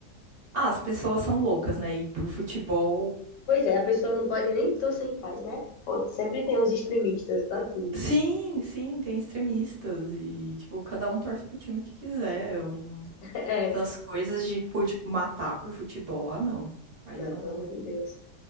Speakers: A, on the right; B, on the left.
A: Ah, as pessoas são loucas, né? E por futebol.
B: Pois é, a pessoa não pode nem torcer em paz, né? Pô, sempre tem uns extremistas pra tudo.
A: Sim, sim, tem extremistas e, tipo, cada um torce pro time que quiser. Eu não-
B: <laughs> É.
A: Essas coisas de, tipo, de matar por futebol, ah, não. Aí
B: Não,
A: não.
B: pelo amor de Deus.